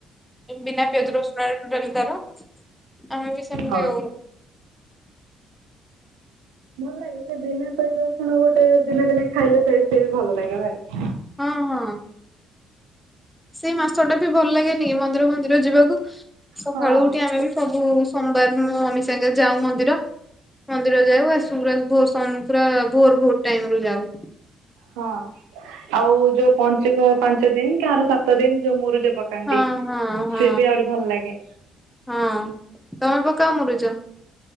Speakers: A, in the centre; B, on the right.
A: ବିନା ପିଆଜ ରସୁଣରେ ଟୋଟାଲି ତାର ଆମେ ବି ସେମିତି
B: ହଁ।
A: ହେଉ।
B: ଭଲ ଲାଗେ ସେ ବିନା ପିଆଜ ରସୁଣ ଗୋଟେ ଦିନେ ଦିନେ ଖାଇଲେ ସେ ସେ ବି ଭଲ ଲାଗେ ଭାଇ।
A: ହଁ, ହଁ ସେଇ ମାସ ଟା ବି ଭଲ ଲାଗେନି ମନ୍ଦିର ପନ୍ଦିର ଯାଇ ଯିବାକୁ ସକାଳୁ
B: ହଁ।
A: ଉଠି ଆମେ ବି ସବୁ ସୋମବାର ମମି ସାଙ୍ଗେ ଯାଉ ମନ୍ଦିର। ମନ୍ଦିର ଯାଉ ଆସୁ ପୁରା ଭୋର୍ ସନ୍ ପୁରା ଭୋର୍ ‌ଭୋର୍‌ ଟାଇମ୍‌ରୁ ଯାଉ।
B: ହଁ ଆଉ ଯୋଉ ପଞ୍ଚିକ ପାଞ୍ଚ ଦିନ କି କାହାର ସାତ ଦିନ ଯୋଉ ମୁରୁଜ ପକା ନ୍ତି
A: ହଁ ହଁ ହଁ
B: ସେ ବି ଆହୁରି ଭଲ ଲାଗେ।
A: ହଁ ତମେ ପକାଓ ମୁରୁଚ?